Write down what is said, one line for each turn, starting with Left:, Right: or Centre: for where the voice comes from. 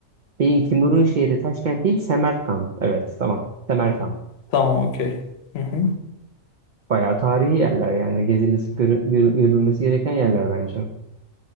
Right: beyin Timur'un şehri Taşkent değil Semerkant. Evet tamam. Semerkant.
Left: Tamam okey. Hı hı.
Right: Bayağı tarihi yerler yani gezilmesi, görü- görü- görülmesi gereken yerler bence.